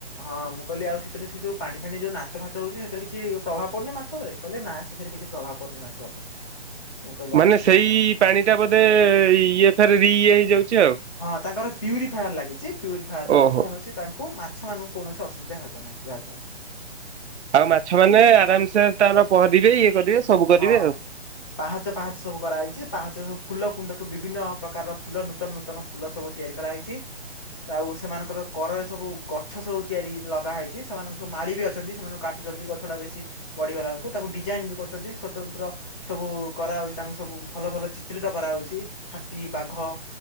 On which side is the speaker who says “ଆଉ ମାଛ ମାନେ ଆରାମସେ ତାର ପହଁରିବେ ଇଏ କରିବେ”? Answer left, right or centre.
Right